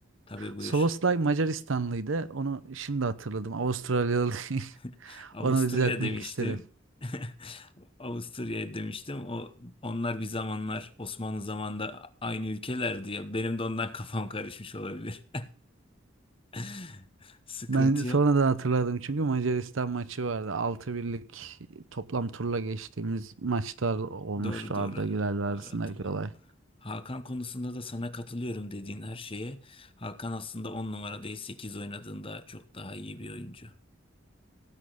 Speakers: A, on the left (about 30°); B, on the right (about 80°).
A: Tabii buyur.
B: Szoboszlay Macaristanlıydı. Onu şimdi hatırladım. Avustralyalı. <laughs>
A: <laughs> Avusturya
B: Onu düzeltmek
A: demiştim.
B: istedim.
A: <laughs> Avusturya demiştim. O onlar bir zamanlar Osmanlı zamanında aynı ülkelerdi ya. Benim de ondan <laughs> kafam karışmış olabilir. <laughs> Sıkıntı
B: Ben sonradan
A: yok.
B: hatırladım çünkü Macaristan maçı vardı. Altı birlik toplam turla geçtiğimiz maçlar olmuştu
A: Doğru doğru.
B: Arda Güler'le arasındaki
A: Doğru hatırlıyorum.
B: olay.
A: Hakan konusunda da sana katılıyorum dediğin her şeye. Hakan aslında 10 numara değil 8 oynadığında çok daha iyi bir oyuncu.